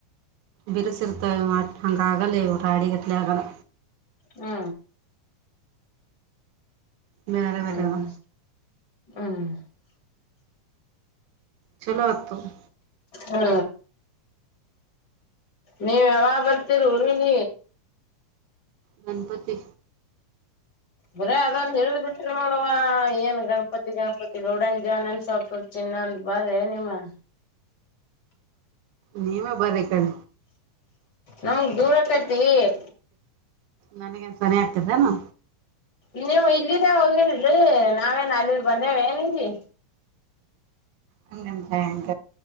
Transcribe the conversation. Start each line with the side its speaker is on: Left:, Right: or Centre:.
Right: ಬಿರುಸಿರ್ತ ಹಂಗ ಆಗಲ್ಲ ಇವರು ರಾಡಿಗತ್ಲೆ ಆಗಲ್ಲ.
Left: ಹ್ಮ
Right: ಬೇರೆಬೇರೆವಾ
Left: ಹಂಗ ಹ್ಮ್
Right: ಚಲೋತ್ತುಗೊ
Left: ಹಾ. ನೀವ್ ಯಾವ ಬರ್ತೀರಿ ಊರಿಗ.
Right: ಗಣಪತಿ.
Left: ಬ್ರ ಅದೊಂದು ಹೇಳಿದ್ ಬಿಟ್ರ ನೋಡುವ ಏನ್ ಗಣಪತಿ ಗಣಪತಿ. ಗೌಡನ್ ಜವನಂದ ಸ್ವಪ ಚಿನ್ನಂದ ಬಾರೆ ನಿಮ್ಮ.
Right: ನೀವೇ ಬರಕ್ಂ.
Left: ನಾವು ದೂರ ಕತೀವಿ.
Right: ನನಗನ್ ಸನ ಹಗ್ತದನು.
Left: ನೀವು ಇಲ್ಲಿಿದ್ದೇ ಹೋಗಿರಿ ನಾವೇನ್ ಅಲ್ಲಿಗ್ ಬಂದೇವೆ ಏನೀ.
Right: ಹಂಗಂದ ಹಂಗ